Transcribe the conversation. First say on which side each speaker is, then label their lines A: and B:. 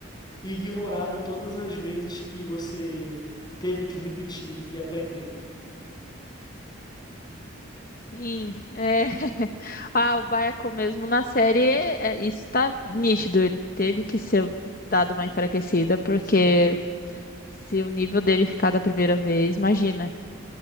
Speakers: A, on the left (about 20°); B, on the left (about 40°).
A: e ignorado todas as vezes que você teve que repetir e aprender.
B: sim, é. <laughs> Ah, o Baiacu mesmo na série, é, isso tá nítido. Ele teve que ser dado uma enfraquecida, porque
A: Sim.
B: se o nível dele ficar da primeira vez, imagina.